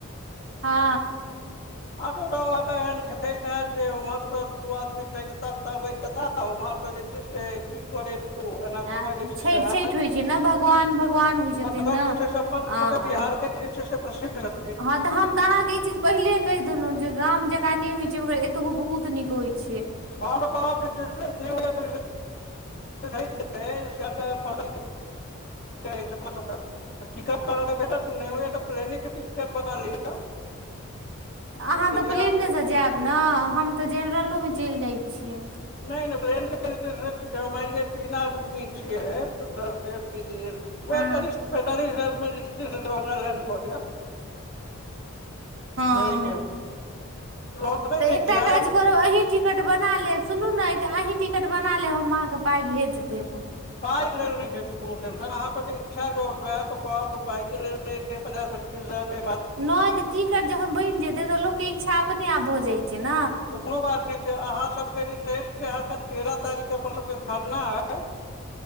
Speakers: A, on the right; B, on the left.
A: हँ।
B: आठोटा एहन छै जे उम्हर दू आदमी टता तकताह। उम्हर सं जे छै से की करै। त एना
A: आ
B: कऽ के जे छै
A: छठि
B: से ह
A: छठि होइ छै ने भगवान भगवान होइ छथिन
B: मगर
A: ने
B: जे छै से अपन
A: आ
B: सबके बिहार के। छै से प्रसिद्ध रहत।
A: हँ तऽ हम तऽ अहाँके ई चीज। पहिले कहि देलहुँं जे गाम जेका नहि होइ छै मगर एतहु बहुत नीक होइ छै।
B: हम त कहब जे छै नहीये होई छै। अपना। <unintelligible> टिकट तऽ भेटत नहि नहि होयै त प्लेन के टिकट बना लीय।
A: तऽ अहाँ तऽ प्लेनेसँ
B: अहाँके
A: जायब ने हम तऽ जेनरलोमे चलि जाइत छियै।
B: नहि नहि प्लेनके मान लिय हम तीन आदमी छियै दस तिया तीस। वहै
A: हँ
B: चालीस पैंतालिस हजार मे दरभ्ंगा लैंड क जैत।
A: हँ
B: बुझलियै। <unintelligible>
A: तऽ एकटा
B: किराया
A: काज। करु अहीं टिकट बना लेब सुनू न एक अहीं टिकट बना लेब हम अहाँके पाइ भेज देब।
B: पाइके लेल कोनो टेंशन नई छै अहाँ सबके इच्छा जौ हुए तो कहब पाइके लेल। पचास पच्चीस हजार रुपया।
A: नहि तऽ टिकट जहन बनि जेतै तऽ लोकके इच्छा अपने आप भऽ जाइत छै न।
B: कोनो बात नहि छै अहाँ सबके जे छै से अहाँके तेरह तारीख अपन सबके खरना आउ।